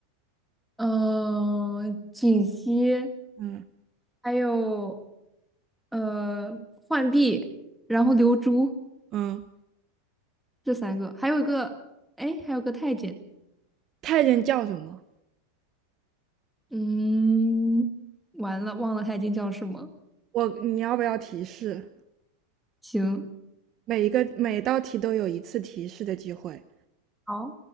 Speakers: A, in the centre; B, on the right.
A: 呃，锦溪，
B: 嗯
A: 还有呃，浣碧，然后流珠
B: 嗯，
A: 这三个，还有一个，哎，还有个太监。
B: 太监叫什么？
A: 嗯，完了，忘了太监叫什么。
B: 我你要不要提示？
A: 行，
B: 每一个每道题都有一次提示的机会。
A: 好，